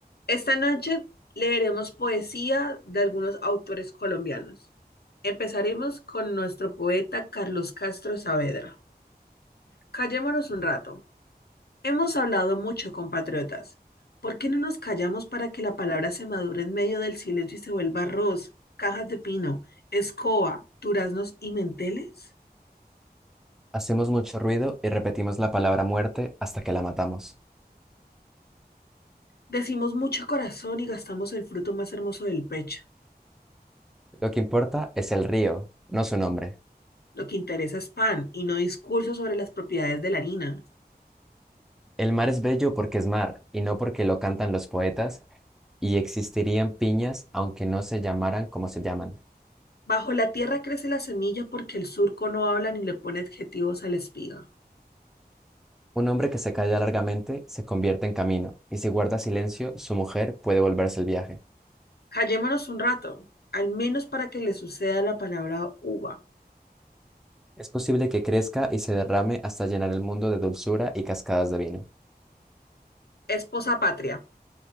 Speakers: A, on the left; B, in the centre.
A: Esta noche leeremos poesía de algunos autores colombianos. Empezaremos con nuestro poeta Carlos Castro Saavedra. Callémonos un rato. Hemos hablado mucho, compatriotas. ¿Por qué no nos callamos para que la palabra se madure en medio del silencio y se vuelva arroz, cajas de pino, escoba, duraznos y menteles?
B: Hacemos mucho ruido y repetimos la palabra muerte hasta que la matamos.
A: Decimos mucho corazón y gastamos el fruto más hermoso del pecho.
B: Lo que importa es el río, no su nombre.
A: Lo que interesa es pan y no discursos sobre las propiedades de la harina.
B: El mar es bello porque es mar y no porque lo cantan los poetas, y existirían piñas aunque no se llamaran como se llaman.
A: Bajo la tierra crece la semilla porque el surco no habla ni le pone adjetivos a la espiga.
B: Un hombre que se calla largamente se convierte en camino, y si guarda silencio, su mujer puede volverse el viaje.
A: Callémonos un rato, al menos para que le suceda la palabra uva.
B: Es posible que crezca y se derrame hasta llenar el mundo de dulzura y cascadas de vino.
A: Esposa patria,